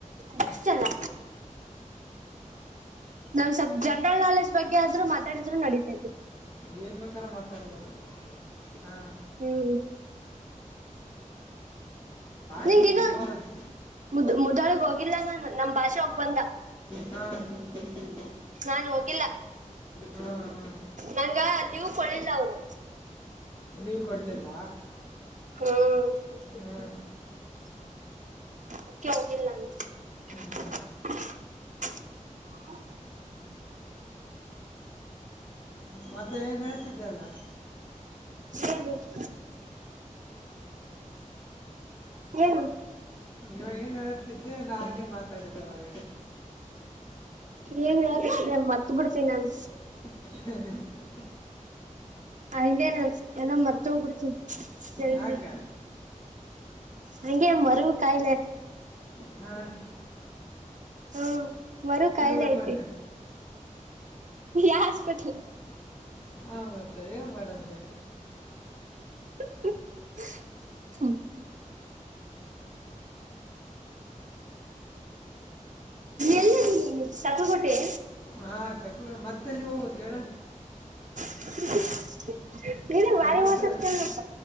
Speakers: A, on the right; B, on the left.
A: ಬೆಷ್ಟಲ್ಲ <inaudible> ನಾವ್ ಸ್ವಲ್ ಜನರಲ್ ನಾಲೆಡ್ಜ್ ಬಗ್ಗೆ ಆದ್ರೂ ಮಾತಾಡಿದ್ರು ನಡತೇತಿ
B: ಏನ್ ಬೇಕಾರ ಮಾತಾಡ್ಬೋದು ಹಾ
A: ಹ್ಮ್ ನಿಂಗು
B: ಇನ್ನ
A: ಇನ್ನು
B: ಮೋರಂಗ್
A: ಮುದ್ ಮುದೊಳಿಗೆ ಹೋಗಿಲ್ಲಂಗರೆ ನಮ್ ಭಾಷೆ ಒಪಂದ
B: ಹಾ <inaudible>
A: ನಾನು ಹೋಗಿಲ್ಲ
B: ಹಾಂ
A: ನಂಗಾ ಲೀವ್ ಕೊಡ್ಲಿಲ್ಲ ಅವರು
B: ಲೀವ್ ಕೊಡ್ಲಿಲ್ಲ
A: ಹ್ಮುಮ್
B: ಹ್ಮಾ
A: ಅದ್ಕೆ ಹೋಗಿಲ್ಲ್ ನಾನು <unintelligible>
B: ಹ್ಞೂ ಮತ್ತೆ ಏನ್ ಹೇಳ್ತಿದ್ದಲ್ಲ
A: ಯವಗ್ ಎನು
B: ಇವಾಗ ಹೇಳ್ತಿದ್ದೆ ನ ಹಂಗೆ ಮಾತಾಡಿದವಾಗ
A: ಏನ್ ಹೇಳು ನಾನ್ ಮರ್ತ್ ಬಿಡ್ತಿನಿ ನಾನ್
B: <inaudible>
A: ಹಲ್ಬ್ಯನೆ ಎಲ್ಲಾ ಮರ್ತ್ ಹೋಗ್ಬಿಡ್ತೀನಿ ಜಲ್ದಿ
B: ಯಾಕೆ
A: ನಂಗೆ ಮರುವು ಕಾಯಿಲೆ
B: ಹಾ
A: ಹ್ಮು್ ಮರುವು ಕಾಯಿಲೆ
B: ಹೋಗಿ
A: ಐತಿ
B: ಬಂದೆ
A: ಯ ಹಾಸ್ಪಿಟಲ್
B: ಹಾ ಮತ್ತೆ ಏನ್ ಮಾಡಂದೆ
A: <inaudible> ಎಲ್ಲೊಗಿದಿಯ ತಕ್ಲುಗೊಟ್ಟೇದಿ
B: ಹಾ ತಕ್ಲು ಮತ್ತೆಲ್ಲಿ ಹೋಗ್ಬೇಕೇಳು
A: <unintelligible> ಬಾರಿ
B: ಅದ್ ಬಿಟ್ರ್
A: ಮಾತಾಡ್ತಿಯಲ್ಲಪ್ಪ